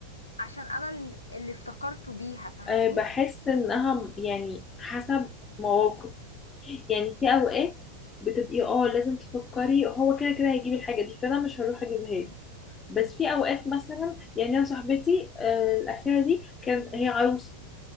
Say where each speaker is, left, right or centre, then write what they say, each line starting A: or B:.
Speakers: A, on the left; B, on the left.
A: عشان انا اللي اللي افتكرته بيها فاهماني
B: أه بحس انها م- يعني حسب مواقف يعني في اوقات بتبقي اه لازم تفكري هو كده كده هيجيب الحاجة دي فانا مش هروح اجيبها
A: مم.
B: له بس في اوقات مثلا يعني انا صاحبتي آه، الاخيره دي كانت هي عروسه